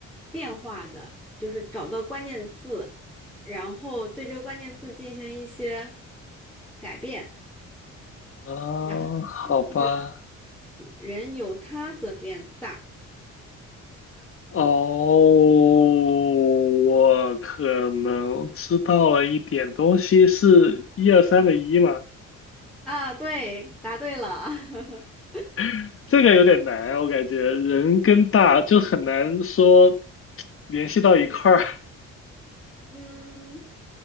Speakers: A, in the centre; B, on the left.
A: 变化的，就是找到关键字，然后对这个关键字进行一些改变，
B: 啊，
A: 然后
B: 好吧，
A: 这个人由他则变大
B: 哦，我可能知道了一点东西，是一二三的一吗？
A: 啊，对，答对了，<laughs>
B: <laughs> 这个有点难啊，我感觉人跟大就很难说联系到一块儿
A: 嗯，